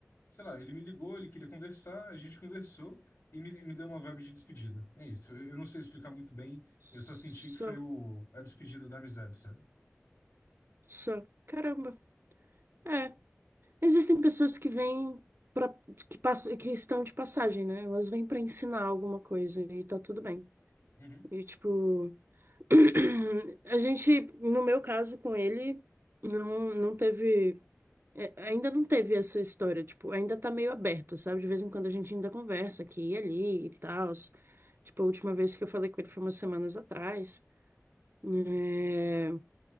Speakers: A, on the left; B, on the right.
A: sei lá, ele me ligou, ele queria conversar, a gente conversou e me, me deu uma vibe de despedida. É isso. Eu, eu não sei explicar muito bem,
B: Só,
A: eu só senti que foi o, a despedida da amizade, sabe?
B: só. Caramba. É. Existem pessoas que vêm para que passam, que estão de passagem, né? Elas vêm para ensinar alguma coisa e tá tudo bem.
A: Uhum.
B: E tipo, <clears throat> a gente, no meu caso com ele, não não teve é, ainda não teve essa história, tipo, ainda tá meio aberto, sabe? De vez em quando a gente ainda conversa aqui e ali e tal. Tipo, a última vez que eu falei com ele foi umas semanas atrás. É,